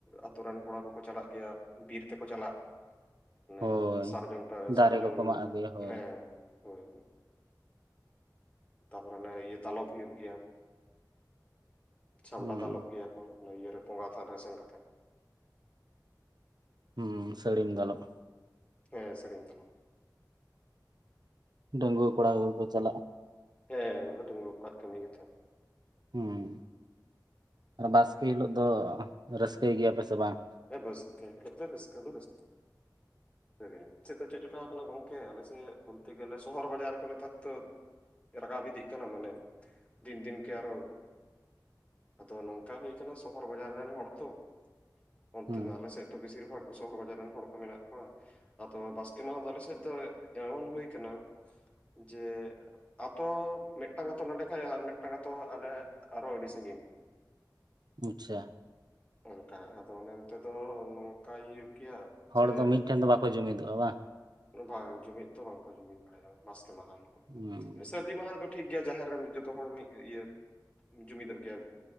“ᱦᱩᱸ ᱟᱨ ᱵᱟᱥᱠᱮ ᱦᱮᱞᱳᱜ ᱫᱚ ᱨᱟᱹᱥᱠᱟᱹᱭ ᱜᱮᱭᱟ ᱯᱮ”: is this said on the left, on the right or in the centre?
Right